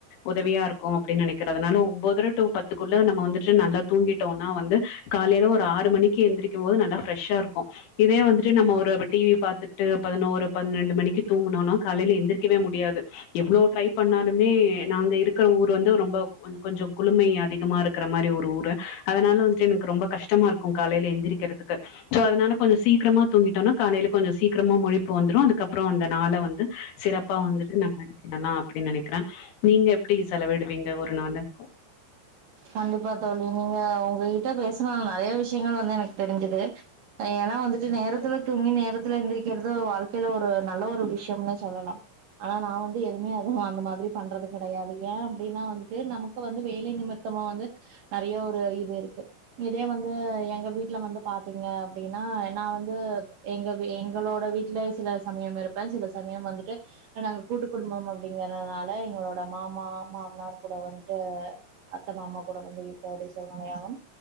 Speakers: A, on the left (about 80°); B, on the right (about 60°).
A: உதவியா இருக்கு அப்டின்னு நெனைக்கிறதனால ஒம்போதர டூ பத்துக்குள்ள நம்ம வந்துட்டு நல்லா தூங்கிட்டோனா வந்து காலைல ஒரு ஆறு மணிக்கு எந்திரக்கும் போது நல்லா ஃப்ரெஷ்ஷா இருக்கு இதே வந்துட்டு நம்ம ஒரு டிவி பாத்துக்கிட்டு பதினோரு பன்னெண்டு மணிக்கு தூங்குணோனா காலைல எந்திரிக்கவே முடியாது எவ்ளோ ட்ரை பண்ணாலுமே நாங்க இருக்கிற ஊர் வந்து ரொம்ப கொஞ்ஜோ குளுமை அதிகமா இருக்கிற மாரி ஒரு ஊரு அதனால வந்துட்டு எனக்கு ரொம்ப கஷ்டமா இருக் க்கு காலைல எந்திரிக்கிறதுக்கு சோ அதனால கொஞ்ச சீக்கிரமா தூங்கிட்டோனா காலைல கொஞ்ச சீக்கரமா முழிப்பு வந்துரு அதுக்கப்றோ வ அந்த நாள வந்து சிறப்பா வந்துட்டு நம் நநா அப்டி நெனைக்கிற நீங்க எப்டி செலவிடுவீங்க ஒரு நாள
B: கண்டிப்பா தோழி நீங்க உங்ககிட்ட பேசுனா நெறைய விஷயங்கள் வந்து எனக்கு தெரிஞ்சுது ஏன்னா வந்துட்டு நேரத்துல தூங்கி நேரத்துல எந்திரிக்கிறது வாழ்க்கைல ஒரு நல்ல ஒரு விஷயம்னு சொல்லலா ஆனா நா வந்து எதுமே அதுவு அந்த மாதிரி பண்றது கிடையாது ஏ அப்டின்னா வந்துட்டு நமக் கு வந்து வேலை நிமித்தமா வந்து நெறைய ஒரு இது இருக்கு இதே வந்து எங்க வீட்ல வந்து பாத்தீங்க அப்டின்னா நா வந்து எங்கவே எங்களோட வீட்ல சில சமயம் இருப்ப சில சமயம் வந்துட்டு நாங்க கூட்டு குடும்பம் அப்டிங்கறனால எங்களோட மாமா மாமனார் கூட வந் து அத்த மாமா கூட வந்து இருக்கற்து சூழ்நெலையாகும்